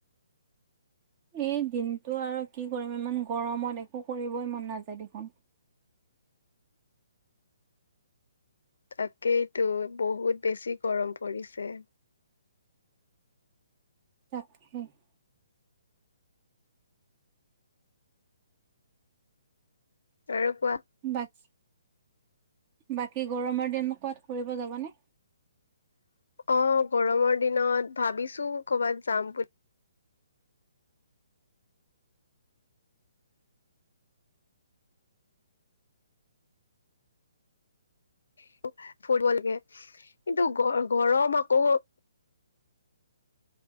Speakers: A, on the right (about 30°); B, on the left (about 65°).
A: এই দিনটো আৰু কি কৰিম ইমান গৰমত একো কৰিবই মন নাযায় দেখোন।
B: তাকেইতো বহুত বেছি গৰম পৰিছে।
A: <unintelligible>
B: আৰু কোৱা।
A: <unintelligible> বাকী গৰমৰ দিন ক'বাত ফুৰিব যাবা নে।
B: অ', গৰমৰ দিনত ভাবিছোঁ কৰো'বাত যাম বুলি। <unintelligible> কিন্তু গ-গৰম আকৌ।